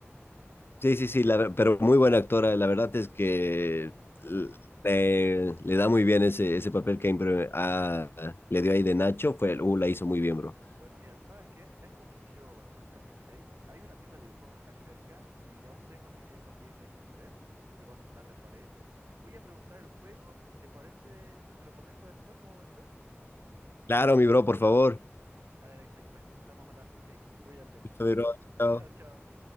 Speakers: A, on the left; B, on the right.
A: sí, sí, sí, la ver- pero muy buena actora. La verdad es que l- eh, le da muy bien ese, ese papel que impre- ah, le dio ahí de Nacho. Fue, uh, la hizo muy bien, bro.
B: Bueno, mira, ¿sabes qué? Me has convencido bastante, Alexei. Hay una tienda de videojuegos acá cerca y aún tengo mi vieja PlayStation tres Y bueno, la reparé. Voy a preguntar el juego y ¿te parece si te lo comento después cómo me fue?
A: Claro, mi bro, por favor.
B: Dale, Alexei, pues entonces estamos hablando, ¿ok? Cuídate.
A: Listo, mi bro, chao.
B: Chao, chao.